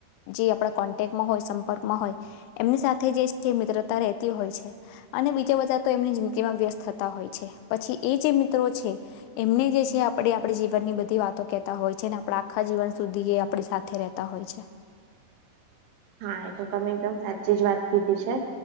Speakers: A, on the left; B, on the right.
A: જે આપણા કોન્ટેક્ટમાં હોય. ક હોય, એમની સાથે જે છે, મિત્રતા રતી હોય છે. અને બીજા બધા તો એમની જિંદગીમાં વ્યસ્ત થતા હોય છે, પછી એ જે મિત્રો છે. એમને જે છે, આપણે આપણે જીવનની બધી વાતો કેતા હોય છે ને, આપ આખા જીવન સુધી એ આપણી સાથે રહેતા. પતા હોય છે.
B: હા, એ તો એકદમ જ વાત કીધી છે.